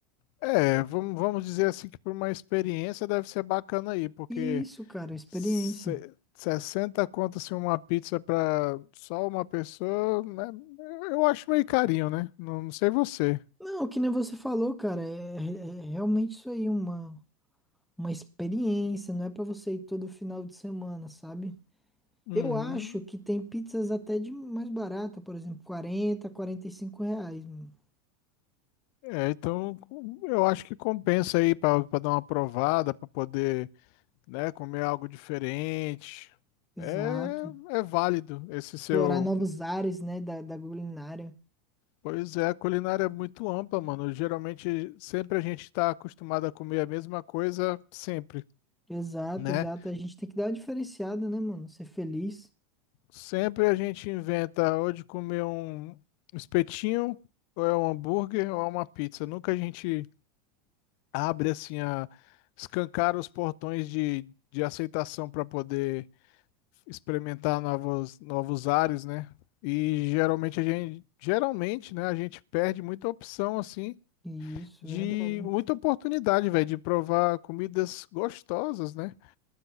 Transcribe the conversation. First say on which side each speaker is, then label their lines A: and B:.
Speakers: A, on the left (about 50°); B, in the centre.
A: é, vamos, vamos dizer assim que por uma experiência deve ser bacana aí, porque
B: Isso, cara, experiência.
A: se, 60 conto assim, uma pizza para só uma pessoa, né? Eu acho meio carinho, né? Não, não sei você.
B: Não, que nem você falou, cara, é, é é realmente isso aí, uma, uma experiência, não é pra você ir todo final de semana, sabe?
A: Uhum.
B: Eu acho que tem pizzas até de mais barata, por exemplo, quarenta, quarenta e cinco reais, mano.
A: É, então eu acho que compensa aí para dar uma provada, para poder né? Comer algo diferente.
B: Exato.
A: É, é válido esse seu.
B: Explorar novos ares, né, da, da culinária.
A: Pois é, a culinária é muito ampla, mano. Geralmente, sempre a gente está acostumado a comer a mesma coisa, sempre,
B: Exato,
A: né?
B: exato. A gente tem que dar uma diferenciada, né, mano? Ser feliz.
A: Sempre a gente inventa ou de comer um espetinho, ou é um hambúrguer, ou é uma pizza. Nunca a gente abre assim a escancar os portões de, de aceitação para poder experimentar novos, novos ares, né? E geralmente a gente, geralmente, né, a gente perde muita opção assim
B: Isso,
A: de
B: verdade.
A: muita oportunidade, velho, de provar comidas gostosas, né?